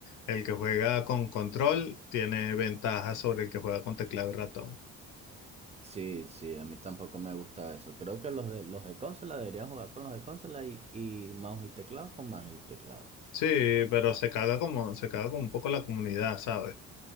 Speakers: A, on the left; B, on the right.
A: el que juega con control tiene ventaja sobre el que juega con teclado y ratón.
B: Sí, sí, a mí tampoco me gusta eso. Creo que los de, los de consola deberían jugar con los de consola y, y mouse y teclado con mouse y teclado.
A: Sí,
B: De verdad.
A: pero se caga como, se caga como un poco la comunidad, ¿sabes?